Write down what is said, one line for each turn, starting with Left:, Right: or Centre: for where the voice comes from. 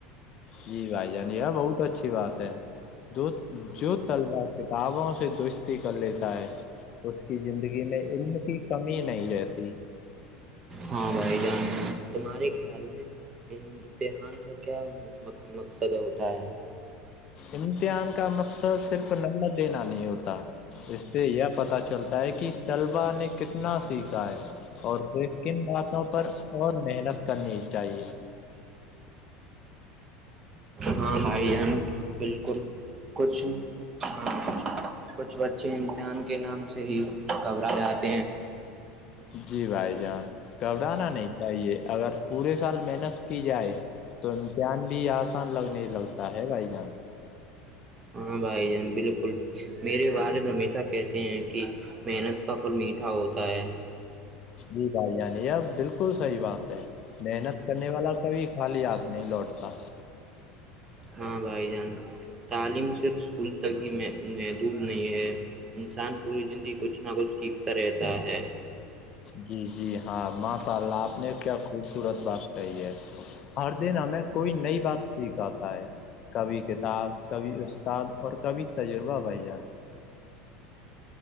Left: جی بھائی جان بہت اچھی بات ہے جو جو تل جار سے کووں سے دوستی کر لیتا ہے اس کی زندگی میں علم کی کمی نہیں رہتی
Right: ہاں بھائی جان تمہارے خیال میں امتحان کا کیا مقصد ہوتا ہے
Left: امتحان کا مقصد صرف نمت دینا نہیں ہوتا اس سے یہ پتہ چلتا ہے کہ طلبا نے کتنا سیکھا ہے اور وہ کن باتوں پر اور محنت کرنی چاہیے
Right: ہاں بھائی جان بالکل کچنگ ہاں کچھ بچے امتحان کے نام سے ہی گھبرا جاتے ہیں
Left: جی بھائی جان گھبرانا نہیں چاہیے اگر پورے سال محنت کی جائے تو امتحان بھی آسان لگنے لگتا ہے بھائی جان
Right: ہاں بھائی جان بالکل میرے والد ہمیشہ کہتے ہیں کہ محنت کا پھل میٹھا ہوتا ہے
Left: جی بھائی جانیار بالکل صحی بات ہے محنت کرنے والا کبھی خالی ہاتھ نہیں لوٹتا
Right: ہاں بھائی جان تعلیم صرف اسکول تک ہی محدود نہیں ہے انسان پوری زندگی کچھ نہ کچھ سیکھتا رہتا ہے
Left: جی جی ہاں ماشاء اللہ آپ نے کیا خوبصورت بات کہی ہے ہر دن ہمیں کوئی نئی بات سیکھ آتا ہے کبھی کتاب کبھی استاد اور کبھی تجربہ بھائی جان